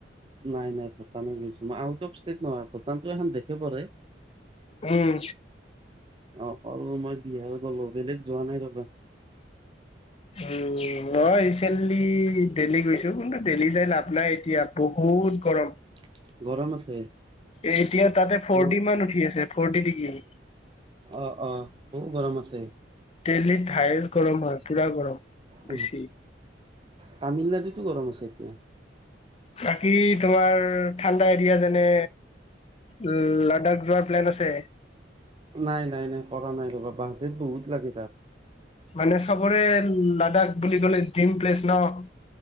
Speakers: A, on the right (about 25°); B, on the left (about 30°).
A: নাই নাই ভটান গৈছো মই, আউট অফ ষ্টেট নহয়, ভূটানতো এখন দেশে পৰে।
B: উম।
A: অকল মই বিহাৰত গ'লোঁ, বেলেগ যোৱা নাই ৰবা। <inaudible>
B: উম মই ৰিচেণ্টলি দেলহী গৈছো, কিন্তু দেলহী যায় লাভ নাই এতিয়া, বহুত গৰম।
A: <inaudible> আছে
B: এতিয়া তাতে ফৰ্টি
A: বহুত
B: মান উঠি আছে, ফৰ্টি ডিগ্ৰী।
A: অ' অ' বহুত গৰম আছে।
B: দেলহীত হায়েষ্ট গৰম হয়, পুৰা গৰম,
A: উম
B: বেছি।
A: তামিলনাডুতো গৰম আছে এতিয়া।
B: বাকী তোমাৰ ঠাণ্ডা এৰিয়া যেনে উ, লাডাখ যোৱাৰ প্লেন আছে?
A: নাই নাই নাই, কৰা নাই ৰ'বা, বাজেট বহুত লাগে তাত।
B: মানে চবৰে লাডাখ বুলি ক'লে ড্ৰিম প্লেচ ন'।